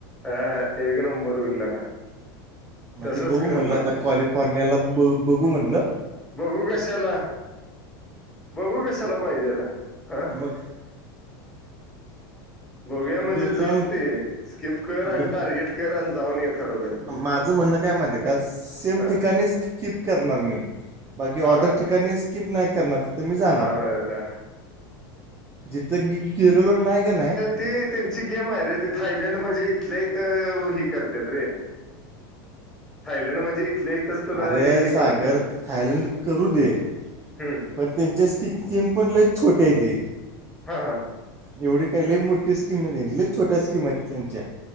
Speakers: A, in the centre; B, on the right.
A: हा हा एक नंबर होईल लगा तसंच
B: ते बघु
A: कर
B: म्हणलं
A: मग
B: आता कॉली फोर्नियाला बघू म्हणलं.
A: बघू कशाला, बघू कशाला पाहिजे आता हं.
B: मग
A: बघूया म्हणजे
B: ते दोन
A: जाच
B: तीन
A: ते. स्किप कर आणि
B: दो
A: टार्गेट कर आणि जाऊन ये खरोखर.
B: माझ म्हणणं काय माहितेय का सेम
A: हा
B: ठिकाणीच स्कीप करणार मी, बाकी ऑदर
A: हा हा
B: ठिकाणी स्कीप नाही करणार. तं मी जाणार,
A: अरे दा
B: जिथ गेलेलो नाही का नाही
A: ते त्यांची गेम आहे रे, ते थायलंड म्हणजे इथल्या इथं हे कर तात रे थायलंड म्हणजे इथल्या इथंच तुला
B: अरे
A: ते हे
B: सागर,
A: करतात
B: थायलंड करू दे.
A: हम्म
B: पण त्यांच्या स्कीम पण लई छोट्यायते.
A: हा हा
B: एवढी काय लई मोठी स्कीम नाही त्यांची. लई छोट्या स्कीम आहेत त्यांच्या.